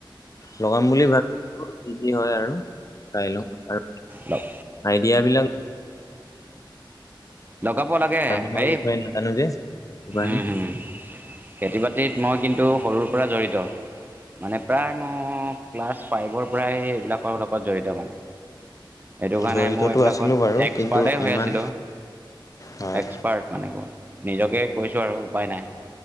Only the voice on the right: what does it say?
লগ
লগাব লাগে
এই
হম হম খেতি বাতিত মই কিন্তু সৰুৰ পৰা জড়িত মানে প্ৰায় মই ক্লাছ ফাইভৰ পৰাহে এইবিলাকৰ লগত জড়িত মানে সেইটো কাৰণে
মই এইবিলাকত
এক্সপাৰ্টেই
হৈ আছিলো আৰু
এক্সপাৰ্ট মানে নিজকে কৈছো আৰু উপায় নাই